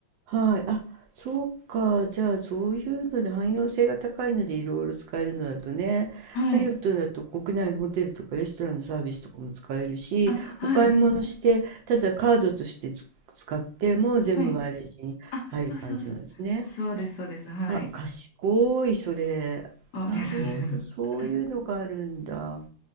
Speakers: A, on the right; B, on the left.
A: はい。あ、そうか。じゃあ、そういうので汎用性が高いのでいろいろ使えるのだとね、
B: はい。
A: マリオットだと国内のホテルとかレストランのサービスとかも使えるし、
B: あ、はい。
A: お買い物して、ただカードとしてつ使っても全部マイレージに入る感じなんですね。
B: はい。あ、そうそうそう。そうです、そうです。はい。
A: あ、賢い、それ。
B: あ、ありがとうございます。
A: なるほど、そういうのがあるんだ。